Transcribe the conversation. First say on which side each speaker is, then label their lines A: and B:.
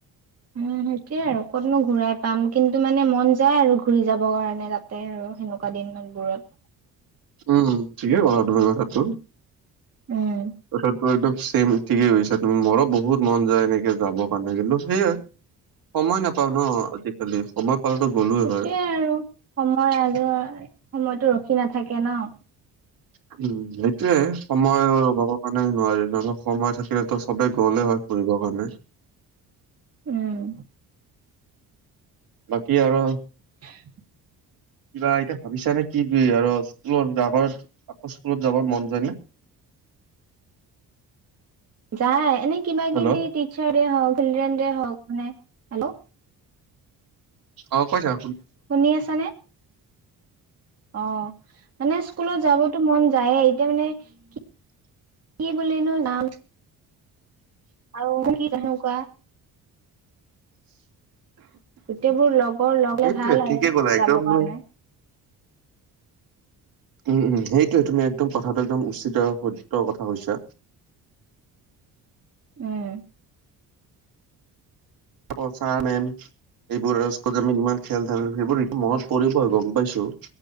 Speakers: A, on the right; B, on the right.
A: উম সেইটোয়ে আৰু ক'তনো ঘুৰাই পাম। কিন্তু মানে মন যায় আৰু ঘুৰি যাব কাৰণে তাতে আৰু সেনেকুৱা দিন। ইমান দূৰত।
B: উম, ঠিকেই ক'লা তুমি কথাটো
A: উম
B: কথাটো এইটো ছেম ঠিকেই কৈছা তুমি মোৰো বহুত মন যায় এনেকে যাবৰ কাৰণে কিন্তু সেইয়াই। সময় নাপাওঁ ন আজিকালি সময় পালেতো গ'লোয়ে
A: সেইটোৱে
B: হয়
A: আৰু সময় আৰু সময়টো ৰখি নাথাকে ন।
B: উম, সেইটোৱে সময়ৰ অভাৱৰ কাৰণে নোৱাৰিলো ন। সময় থাকিলেতো চবে গ'লে হয় ফুৰিবৰ কাৰণে।
A: উম।
B: বাকী আৰু
A: <inaudible>
B: কিবা এতিয়া ভাবিছা নে? কি আৰু স্কুলৰ আগৰ স্কুলত, আকৌ স্কুলত যাব মন যায় নে? <inaudible>
A: যায়। এনে কিবা
B: হেল্ল'
A: কিবি টিচাৰ্চদে হওঁক, চিলড্ৰেনদে হওঁক মানে, হে'ল্ল'
B: অ', কৈ থা
A: শুনি আছানে? অ', মানে স্কুলত যাবতো মন যায়ে। এতিয়া মানে কি-কি বুলিনো যাম। আৰু <unintelligible> কেনেকোৱা গোটেইবোৰ লগৰ লগ
B: সেইটোয়ে
A: হ'লে ভাল আৰু
B: ঠিকে ক'লা একদম
A: যাবৰ
B: তুমি
A: কাৰণে।
B: উম, উম, সেইটোয়ে। তুমি একদম কথাটো একদম উচিত সত্য কথা কৈছা।
A: উম।
B: <unintelligible> ছাৰ-মেম এইবোৰ আৰু স্কুল আমি ইমান খেল-ধামালি, সেইবোৰ মনত পৰিব আৰু গম পাইছো।